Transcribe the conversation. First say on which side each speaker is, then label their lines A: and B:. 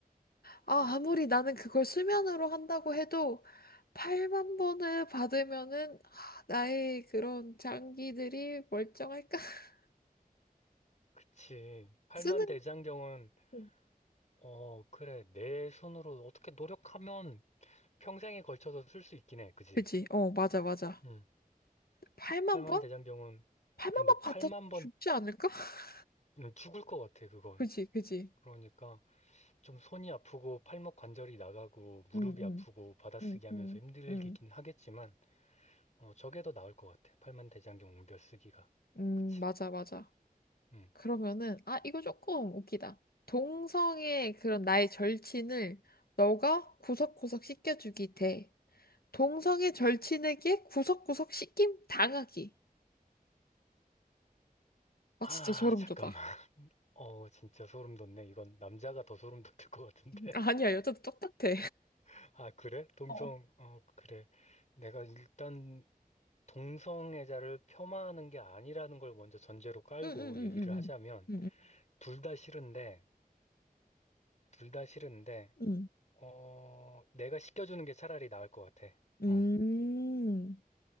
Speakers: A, on the left; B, on the left.
A: 아, 아무리 나는 그걸 수면으로 한다고 해도 8만 번을 받으면은 아, 나의 그런 장기들이 멀쩡할까? <laughs>
B: 그치. 팔만
A: 쓰는
B: 대장경은
A: 거.
B: 어, 그래. 내 손으로 어떻게 노력하면 평생에 걸쳐서 쓸 수 있긴 해. 그지?
A: 그지? 어, 맞아, 맞아.
B: 응.
A: 8만
B: 팔만
A: 번?
B: 대장경은
A: 8만
B: 근데
A: 번 받아
B: 팔만번
A: 죽지 않을까? <laughs>
B: 죽을 것 같아, 그건.
A: 그지, 그지.
B: 그러니까 좀 손이 아프고 팔목 관절이 나가고 무릎이
A: 응, 응,
B: 아프고 받아쓰기
A: 응,
B: 하면서
A: 응,
B: 힘들긴
A: 응,
B: 하겠지만 어, 저게 더 나을 것 같아. 팔만대장경 웅변 쓰기가.
A: 응,
B: 그치?
A: 맞아, 맞아.
B: 응.
A: 그러면은 아, 이거 조금 웃기다. 동성의 그런 나의 절친을 너가 구석구석 씻겨주기 대 동성애 절친에게 구석구석 씻김 당하기. 아,
B: 아,
A: 진짜 소름
B: 잠깐만.
A: 돋아.
B: <laughs> 어, 진짜 소름 돋네. 이건 남자가 더 소름 돋을 것 같은데.
A: 아니야, 여자도 똑같아.
B: <laughs> 아, 그래? 동성,
A: 어.
B: 어, 그래. 내가 일단 동성애자를 폄하하는 게 아니라는 걸 먼저 전제로 깔고
A: 응응응응응.
B: 얘기를 하자면,
A: 응응응.
B: 둘 다 싫은데, 둘 다 싫은데,
A: 응. 응,
B: 어, 내가 시켜주는 게 차라리 나을 것 같아. 어,
A: 응, 응, 응, 응. 응. 음.